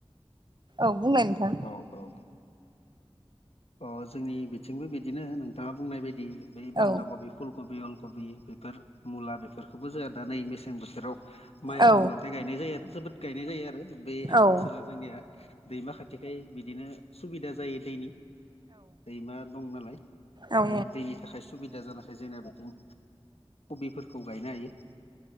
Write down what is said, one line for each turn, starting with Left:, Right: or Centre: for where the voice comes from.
Right: औ बुंलाय नोंथां
Left: औ औ। अ जोंनि बिथिंबो बिदिनो नोंथाङा बुंनाय बायदि बे बान्दा
Right: औ
Left: कबि फुलकबि अलकबि बेफोर मुला बेफोरखौबो जोंहा दा नै मेसें बोथोराव माइ
Right: औ
Left: हांब्लाथाय गायनाय जायो आरो जोबोद गायनाय जायो आरो बे
Right: औ
Left: ओनसोला जोंनिया दैमा खाथिखाय बिदिनो सुबिदा जायो दैनि दैमा दं नालाय
Right: औ
Left: बे दैनि थाखाय सुबिदा जानायाखै जोंना बिथिं कबिफोरखौ गायनो हायो